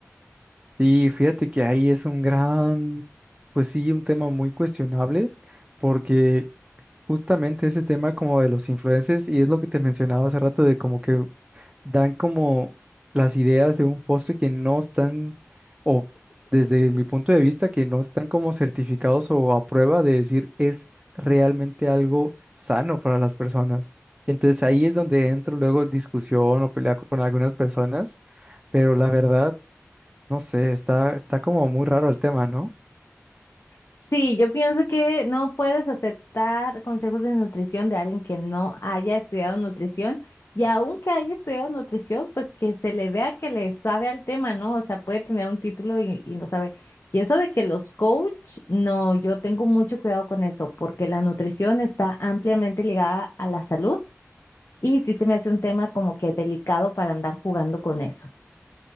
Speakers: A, on the right; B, on the left.
A: Sí, fíjate que ahí es un gran, pues sí, un tema muy cuestionable, porque justamente ese tema como de los influencers, y es lo que te mencionaba hace rato, de como que dan como las ideas de un postre que no están, o desde mi punto de vista, que no están como certificados o a prueba de decir es realmente algo sano para las personas. Entonces ahí es donde entro luego en discusión o pelea con algunas personas, pero la verdad, no sé, está, está como muy raro el tema, ¿no?
B: Sí, yo pienso que no puedes aceptar consejos de nutrición de alguien que no haya estudiado nutrición y aunque haya estudiado nutrición, pues que se le vea que le sabe al tema, ¿no? O sea, puede tener un título y, y no sabe. Y eso de que los coach, no, yo tengo mucho cuidado con eso porque la nutrición está ampliamente ligada a la salud y sí se me hace un tema como que delicado para andar jugando con eso.